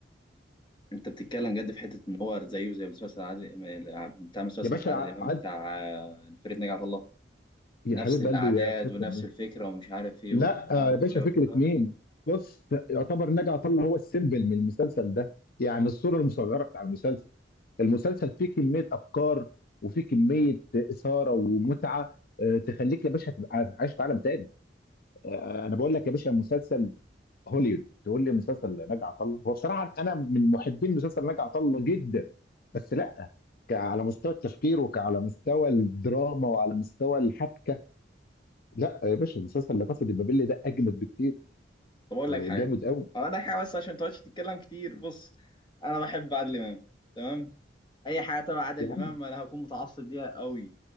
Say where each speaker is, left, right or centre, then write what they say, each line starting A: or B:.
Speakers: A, on the left (about 25°); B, on the left (about 55°).
A: انت بتتكلم جد في حته ان هو زيه زي مسلسل عادل بتاع مسلسل
B: يا باشا
A: بتاع عادل امام
B: عاد
A: بتاع آه، فرقه نجع طلع
B: يا
A: نفس
B: حبيب
A: الاعداد
B: قلبي يا مسلسل
A: ونفس
B: مين
A: الفكره ومش عارف ايه
B: لا
A: والبتاع والروايه
B: آه، يا باشا فكره
A: والكلام
B: مين بص يعتبر نجع طلع هو السيمبل من المسلسل ده يعني الصوره المصغره بتاع المسلسل المسلسل فيه كميه افكار وفيه كميه اثاره ومتعه آه، تخليك يا باشا تبقى عايش في عالم تاني آه، انا بقول لك يا باشا مسلسل هوليوود تقول لي مسلسل ناجي عطا الله هو بصراحه انا من محبين مسلسل ناجي عطا الله جدا بس لا ك- على مستوى التفكير وعلى مستوى الدراما وعلى مستوى الحبكه لا يا باشا مسلسل لا كاسا دي بابيل ده اجمد بكتير
A: طب اقول
B: آه،
A: لك حاجه
B: جامد قوي
A: اقول لك حاجه بس عشان ما تقعدش تتكلم كتير بص انا بحب عادل امام تمام اي حاجه تبع عادل
B: يا
A: امام
B: عم
A: انا هكون متعصب ليها قوي